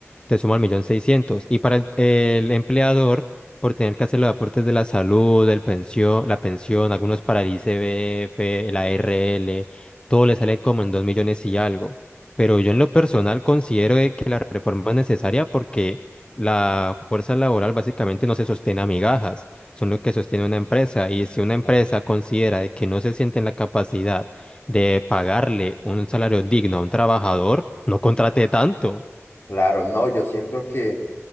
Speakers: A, on the left; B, on the left.
A: te suman millón seiscientos. Y para el el empleador por tener que hacer los aportes de la salud, el pensión, la pensión, algunos para el ICBF, la ARL, todo le sale como en dos millones y algo. Pero yo en lo personal considero de que la reforma es necesaria porque la fuerza laboral básicamente no se sostiene a migajas, son lo que sostiene una empresa. Y si una empresa
B: claro.
A: considera de que no se siente en la capacidad de pagarle un salario digno a un trabajador, no contrate tanto.
B: Claro, no, yo siento que